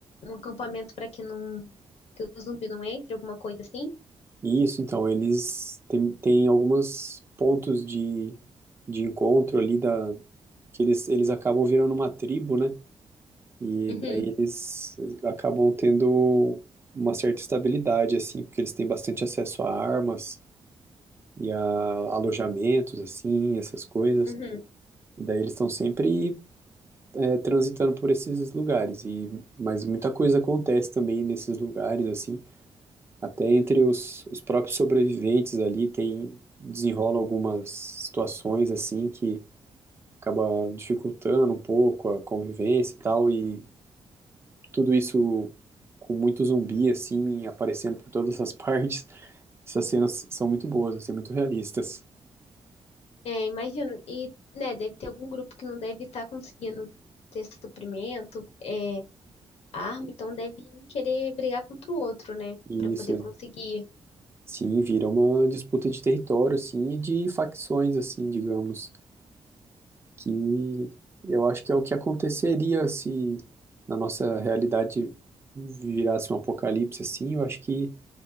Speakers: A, on the left; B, on the right.
A: um acampamento para que não que o zumbi não entre, alguma coisa assim?
B: Isso, então, eles têm, têm alguns pontos de, de encontro ali da, que eles, eles acabam virando uma tribo, né? E
A: Uhum,
B: daí eles acabam tendo uma certa estabilidade, assim, porque eles têm bastante acesso a armas e a alojamentos, assim, essas coisas.
A: uhum.
B: E daí eles estão sempre é, transitando por esses lugares. E, mas muita coisa acontece também nesses lugares, assim. Até entre os, os próprios sobreviventes ali tem desenrola algumas situações assim que acaba dificultando um pouco a convivência e tal, e tudo isso com muito zumbi, assim, aparecendo por todas as <laughs> partes. Essas cenas são muito boas, assim, muito realistas.
A: É, imagino. E, né, deve ter algum grupo que não deve estar conseguindo ter suprimento, é, arma, então deve um querer brigar contra o outro, né,
B: E
A: Pra poder
B: isso,
A: conseguir.
B: sim, vira uma disputa de território, assim, e de facções, assim, digamos, que eu acho que é o que aconteceria se na nossa realidade virasse um apocalipse, assim, eu acho que